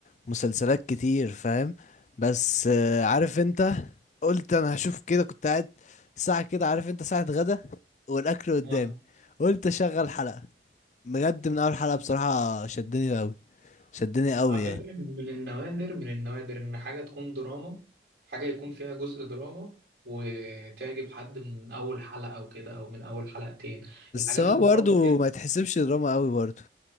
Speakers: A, on the left; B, on the right.
A: مسلسلات كتير فاهم بس آه، عارف انت قلت انا هشوف كده كنت قاعد ساعه كده عارف انت ساعه غدا والاكل قدامي
B: آه.
A: قلت اشغل حلقه بجد من اول حلقه بصراحه شدني قوي شدني قوي
B: على
A: يعني
B: فكرة من النوادر من النوادر إن حاجة تكون دراما حاجة يكون فيها جزء دراما وتعجب حد من أول حلقة أو كده أو من أول حلقتين
A: بس
B: الحاجات
A: هو
B: الدراما
A: برضه
B: دي
A: ما يتحسبش دراما قوي برضه